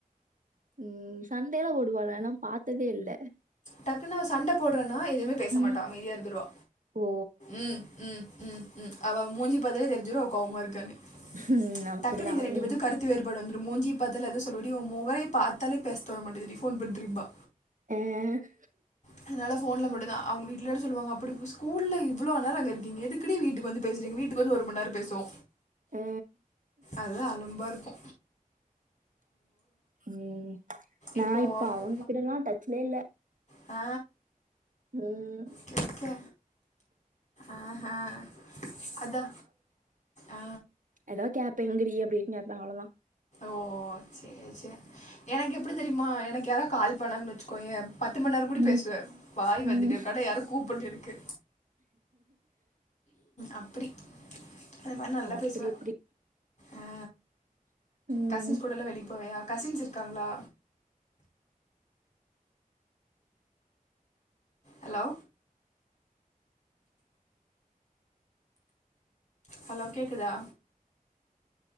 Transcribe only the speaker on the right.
ம் சண்டைலா போடுவாளா நா பாத்ததே இல்ல
ம்
ஓ
ம் அப்டிதா
அவே
ஹ்ஹ்
அ
ம் நா
இப்ப அவுங்க கூடல்லா டச்லே இல்ல
ம்
எதாத் கேப்ப எங்கடி அப்டின் கேப்ப அவ்ள தா
ம்.
ம்.
ஓ! அப்படி
அப்படி.
ம்.